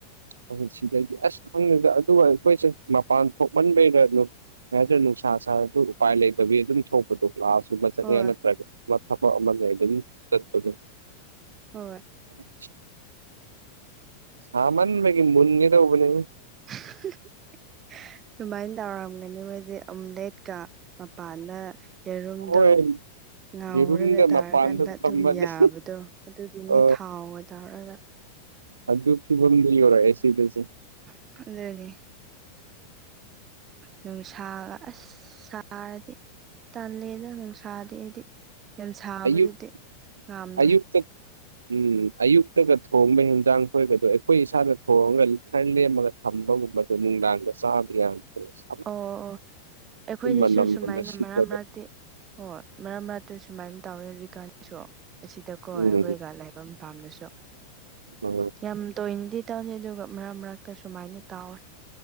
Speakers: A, on the right (about 70°); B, on the right (about 30°).
A: ꯑ ꯁꯤꯗꯗꯤ ꯑꯁ ꯈꯪꯉꯦꯗ ꯑꯗꯨꯒ ꯑꯩꯈꯣꯏꯁꯦ ꯃꯄꯥꯟ ꯊꯣꯛꯃꯟꯕꯩꯗ ꯅꯨꯞ ꯀꯩꯍꯥꯏꯇꯔꯦ ꯅꯨꯡꯁꯥ ꯁꯥꯔꯖꯨ ꯎꯄꯥꯏ ꯂꯩꯇꯕꯤ ꯑꯗꯨꯝ ꯊꯣꯛ ꯀ꯭ꯂꯥꯁꯒꯨꯝꯕ ꯆꯠꯂꯦ
B: ꯍꯣꯏ
A: ꯅꯠꯇ꯭ꯔꯒ ꯊꯕꯛ ꯑꯃꯅꯦ ꯑꯗꯨꯝ ꯆꯠꯄꯗ
B: ꯍꯔ
A: ꯑꯗꯨ ꯁꯃꯥꯟ ꯃꯒꯤ ꯃꯅꯤꯦ ꯇꯧꯕꯅꯦ
B: <unintelligible> ꯗꯨꯃꯥꯏ ꯇꯧꯔꯝꯒꯅꯤ ꯃꯣꯏꯗꯤ ꯑꯝꯂꯦꯠꯀ ꯃꯄꯥꯟꯗ ꯌꯦꯔꯨꯝꯗꯣ
A: ꯍꯣꯏ
B: ꯉꯥꯎꯔꯒ
A: ꯌꯦꯔꯨꯝꯒ
B: ꯇꯥꯔꯀꯥꯟꯗ
A: ꯃꯄꯥꯟꯗ
B: ꯑꯗꯨꯝ
A: ꯊꯝꯃꯅꯤ
B: ꯌꯥꯕꯗꯣ ꯑꯗꯨꯒꯤꯅꯦ
A: ꯑ
B: ꯊꯥꯎꯒ ꯇꯧꯔꯒ
A: ꯑꯗꯨ ꯐꯤꯕꯝꯗꯤ ꯌꯧꯔꯛꯑꯦ ꯁꯤꯗꯁꯨ
B: <unintelligible> ꯅꯨꯡꯁꯥꯒ ꯑꯁ ꯁꯥꯔꯗꯤ ꯇꯜꯂꯦꯗ ꯅꯨꯡꯁꯥꯗꯤ ꯑꯩꯗꯤ꯫ ꯌꯥꯝꯁꯥꯕꯗꯨꯗꯤ
A: ꯑꯌꯨꯛ
B: ꯉꯥꯝꯗꯦ
A: ꯑꯌꯨꯛꯇ ꯎꯝ ꯑꯌꯨꯛꯇꯒ ꯊꯣꯡꯕ ꯍꯦꯟꯖꯥꯡ ꯊꯣꯏꯕꯗꯣ ꯑꯈꯣꯏ ꯏꯁꯥꯗ ꯊꯣꯡꯉꯒ ꯈꯔ ꯂꯦꯝꯃꯒ ꯊꯝꯕꯒꯨꯝꯕꯗ ꯅꯨꯡꯗꯥꯡꯗ ꯆꯥꯕ ꯌꯥꯝ ꯇꯜꯂꯤꯁꯦ
B: ꯑꯣ ꯑꯣ ꯑꯩꯈꯣꯏꯅꯤꯁꯨ
A: ꯃꯅꯝꯒꯨꯝꯕ
B: ꯁꯨꯃꯥꯏꯅ
A: ꯁꯤꯠꯂꯒ
B: ꯃꯔꯛ ꯃꯔꯛꯇꯤ ꯍꯣꯏ ꯃꯔꯛ ꯃꯔꯛꯇ ꯁꯨꯃꯥꯏꯅ ꯇꯧꯋꯤ ꯍꯧꯖꯤꯛꯀꯥꯟꯁꯨ ꯑꯁꯤꯗꯀꯣ
A: ꯎꯝ
B: ꯑꯈꯣꯏꯒ ꯂꯩꯕꯝ ꯄꯥꯝꯂꯁꯨ
A: ꯑ
B: ꯌꯥꯝ ꯇꯣꯏꯅꯗꯤ ꯇꯅꯤ ꯑꯗꯨꯒ ꯃꯔꯛ ꯃꯔꯛꯇ ꯁꯨꯃꯥꯏꯅ ꯇꯥꯎꯋꯦ